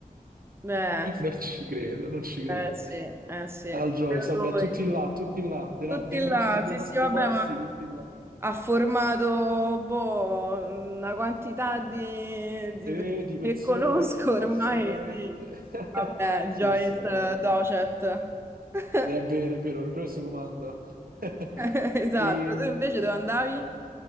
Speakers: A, on the right; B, on the right.
A: eh,
B: Non ci credo, non ci credo.
A: eh sì, eh sì,
B: Al Joyce,
A: proprio
B: vabbè,
A: lui.
B: tutti là, tutti là, della-
A: Tutti
B: del
A: là,
B: nostro- dei
A: sì,
B: nostri
A: sì, vabbè,
B: posti,
A: ma
B: tutti là.
A: ha formato boh, una quantità di, di
B: Eh,
A: persone
B: di pezzone,
A: che conosco <laughs> ormai,
B: assolutamente.
A: sì.
B: <laughs>
A: Vabbè,
B: Sì,
A: Joyce
B: sì, ha voglia.
A: eh, Docet. <laughs>
B: È vero, è vero, il resto comanda. <laughs>
A: Esatto,
B: Ehm,
A: tu invece dove andavi?